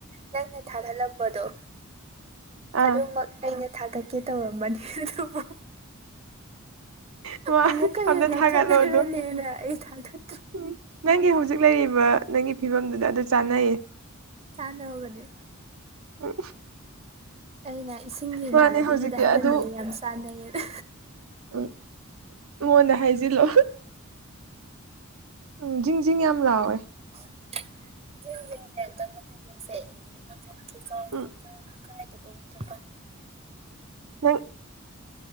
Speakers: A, on the right; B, on the right.
A: ꯅꯪꯅ ꯊꯥꯒꯠꯂꯝꯕꯗꯣ
B: ꯑꯥ
A: ꯑꯗꯨꯃꯛ ꯑꯩꯅ ꯊꯥꯒꯠꯀꯦ ꯇꯧꯔꯝꯃꯅꯤ ꯑꯗꯨꯕꯨ
B: ꯃꯥ
A: ꯑꯨꯛꯀꯩ
B: ꯑꯝꯇ ꯊꯥꯒꯠꯂꯣ
A: ꯃ ꯈꯠꯅꯔꯅꯦꯅ
B: ꯑꯗꯣ
A: ꯑꯩ ꯊꯥꯒꯠꯇ
B: ꯎꯝ ꯅꯪꯒꯤ ꯍꯧꯖꯤꯛ ꯂꯩꯔꯤꯕ ꯅꯪꯒꯤ ꯐꯤꯕꯝꯗꯨꯗ ꯑꯗꯨ ꯆꯥꯟꯅꯩꯌꯦ
A: ꯆꯥꯅ ꯃꯅꯤ
B: ꯎꯝ
A: ꯑꯩꯅ ꯏꯁꯤꯡꯒꯤ ꯏꯃꯥꯟꯅꯕꯤꯗꯨꯗ
B: ꯃꯥꯅꯦ ꯍꯧꯖꯤꯛꯇꯤ
A: ꯍꯥꯏꯍꯟꯅꯤꯡꯉ
B: ꯑꯗꯨ
A: ꯌꯥꯝ ꯆꯥꯟꯅꯩ ꯑꯗ
B: ꯎꯝ ꯃꯉꯣꯟꯗ ꯍꯥꯏꯖꯤꯜꯂꯣ ꯎꯝ ꯖꯤꯡ ꯖꯤꯡ ꯌꯥꯝ ꯂꯥꯎꯋꯦ
A: ꯖ ꯃ ꯊꯁꯦ ꯃ ꯊ ꯀꯀ
B: ꯎꯝ
A: <unintelligible> ꯀꯥꯏꯗ ꯊ
B: ꯅꯪ